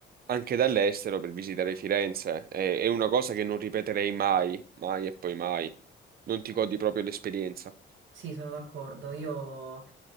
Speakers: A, on the right (about 50°); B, on the right (about 70°).
A: anche dall'estero per visitare Firenze. È, è una cosa che non ripeterei mai, mai e poi mai. Non ti godi proprio l'esperienza.
B: sì, sono d'accordo, io